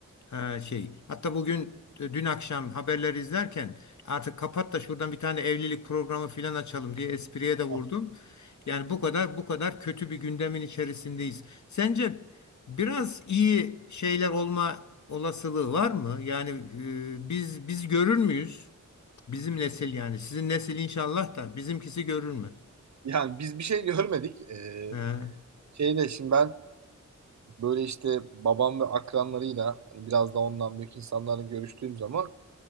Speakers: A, on the left; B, on the right.
A: Ha, şey. Hatta bugün e, dün akşam haberleri izlerken artık kapat da şuradan bir tane evlilik programı filan açalım diye espriye de vurdum.
B: Ah,
A: Yani bu kadar bu kadar kötü bir gündemin içerisindeyiz. Sence biraz iyi şeyler olma olasılığı var mı? Yani e, biz biz görür müyüz? Bizim nesil yani. Sizin nesil inşallah da bizimkisi görür mü?
B: Yani biz bir şey görmedik. Ee,
A: He,
B: şeyde şimdi ben böyle işte babam ve akranlarıyla hani biraz da ondan büyük insanlarla görüştüğüm zaman